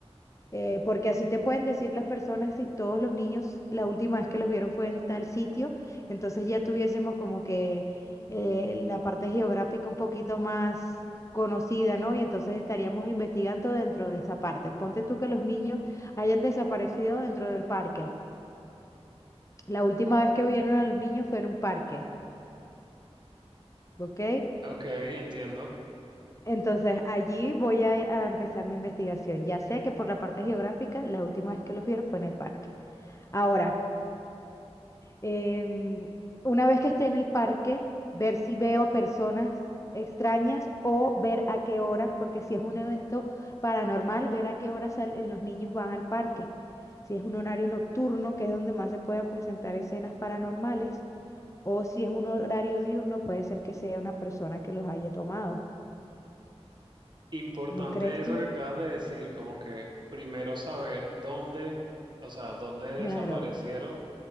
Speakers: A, on the left; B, on the right.
A: Eh, porque así te pueden decir las personas si todos los niños la última vez que los vieron fue en tal sitio, entonces ya tuviésemos como que eh, la parte geográfica un poquito más conocida, ¿no? Y entonces estaríamos investigando dentro de esa parte. Ponte tú que los niños hayan desaparecido dentro del parque. La última vez que vieron a los niños fue en un parque, ¿ok?
B: Ok, entiendo.
A: Entonces allí voy a, a empezar mi investigación. Ya sé que por la parte geográfica, la última vez que los vieron fue en el parque. Ahora, Em, una vez que esté en el parque, ver si veo personas extrañas o ver a qué hora, porque si es un evento paranormal, ver a qué hora salen los niños van al parque. Si es un horario nocturno, que es donde más se pueden presentar escenas paranormales, o si es un horario diurno, puede ser que sea una persona que los haya tomado.
B: Importante
A: ¿No crees
B: eso
A: tú?
B: que acabas de decir, como que primero saber dónde, o sea, dónde desaparecieron
A: Claro,